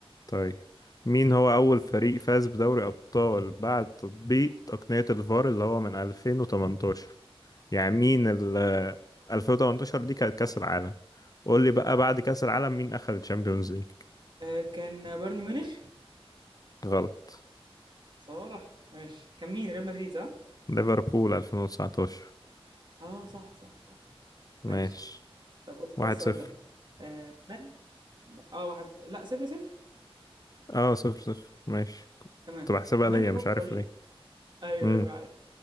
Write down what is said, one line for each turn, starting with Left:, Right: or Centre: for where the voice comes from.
Left: طيب مين هو أول فريق فاز بدوري أبطال بعد تطبيق تقنية الفار اللي هو من 2018 يعني مين ال 2018 دي كانت كأس العالم قول لي بقى بعد كأس العالم مين أخذ الشامبيونز ليج
Right: آه كان بايرن ميونخ
Left: غلط
Right: صراحة ماشي كان مين ريال مدريد صح
Left: ليفربول 2019
Right: اه صح صح صح
Left: ماشي
Right: ماشي طب بص
Left: واحد
Right: خد السؤال
Left: صفر
Right: ده آه من اه واحد لا صفر صفر
Left: اه صفر صفر ماشي كنت
Right: تمام
Left: بحسبها
Right: من
Left: ليا
Right: هو
Left: مش
Right: الفريق
Left: عارف ليه
Right: ايوه
Left: امم
Right: ايوه عادي